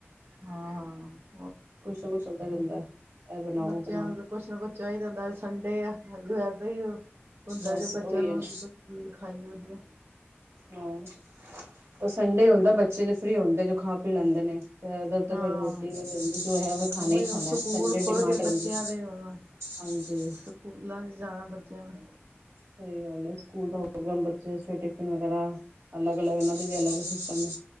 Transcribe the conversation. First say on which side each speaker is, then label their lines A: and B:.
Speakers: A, on the right; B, on the right.
A: ਹਾਂ ਹਾਂ।
B: ਕੁਛ ਨਾ ਕੁੱਛ ਚਲਦਾ ਰਹਿੰਦਾ। ਇਹ ਬਣਾਓ
A: ਬੱਚਿਆਂ
B: ਬਣਾਓ
A: ਨੂੰ ਕੁਛ ਨਾ ਕੁੱਛ ਚਾਈਦਾ ਹੁੰਦਾ ਅਜ ਸੰਡੇ ਆ ਵੈਸੇ ਈ ਓ ਹੁੰਦਾ
B: ਬਸ
A: ਕਿ ਬੱਚਿਆਂ
B: ਉਹੀ
A: ਨੂੰ
B: ਹੈ ਨਾ
A: ਅਸੀਂ ਕੋਈ ਚੀਜ਼ ਖਾਈਏ ਵਧੀਆ।
B: ਹਾਂ ਤੇ ਸੰਡੇ ਹੁੰਦਾ ਬੱਚੇ ਜਦ ਫਰੀ ਹੁੰਦੇ ਨੇ ਜੋ ਖਾ ਪੀ ਲੈਂਦੇ ਨੇ। ਤੇ ਉਧਰ ਤੋਂ
A: ਹਾਂ
B: ਫਿਰ ਰੋਟੀ ਵੀ ਜਾਂ ਜੋ ਹੈ ਖਾਣਾ
A: ਉਹੀ
B: ਹੀ
A: ਹੁਣ
B: ਖਾਣਾ
A: ਸਕੂਲ
B: ਸੰਡੇ
A: ਖੁੱਲ
B: ਡਿਮਾਂਡ
A: ਗਏ
B: ਰਹਿੰਦੀ
A: ਬੱਚਿਆਂ
B: ਐ।
A: ਦੇ ਹੁਣ
B: ਹਾਂਜੀ।
A: ਸਕੂਲਾਂ ਜਾਣਾ ਬੱਚਿਆਂ ਨੇ
B: ਸਈ ਗੱਲ ਐ ਸਕੂਲ ਦਾ ਹੋਗੇ ਬੱਚੇ ਟਿਫਿਨ ਵਗੈਰਾ ਅਲਗ, ਅਲੱਗ ਇਹਨਾਂ ਦੇ ਵੀ ਅਲੱਗ ਸਿਸਟਮ ਨੇ।